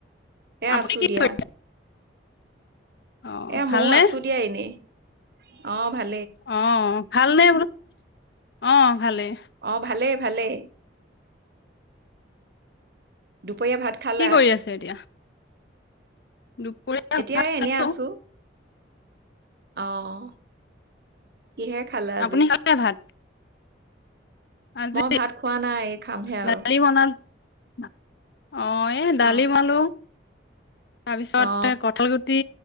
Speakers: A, on the right; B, on the left.
A: <unintelligible> এ
B: আপুনি
A: আছো
B: কি
A: দিয়া
B: কৰি অ
A: এ
B: ভালনে
A: মইও আছো দিয়া এনেই। অ' ভাই
B: অ' ভালনে বোলো। অ ভালেই
A: অ', ভালেই ভালেই পয়া ভাত খালা।
B: কি কৰি আছে এতিয়া দুপৰীয়া
A: এতিয়া
B: ভাত খালো
A: এনে আছো। অ', কিহে খালে আজি?
B: আপুনি খালে ভাত আজি
A: মই ভাত খোৱা নাই, খামহে আৰু।
B: দালি <inaudible> অ', এই দালি
A: অ
B: বনালো। তাৰ পিছত,
A: অ
B: কঠাল গুটি